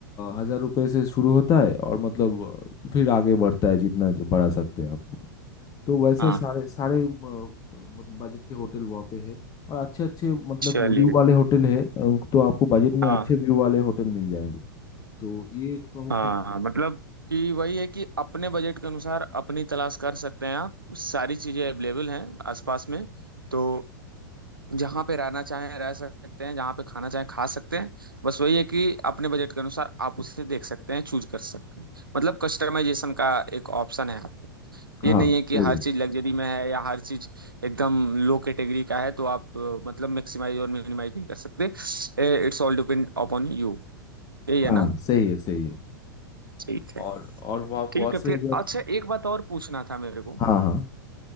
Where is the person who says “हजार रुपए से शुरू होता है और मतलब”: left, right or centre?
Left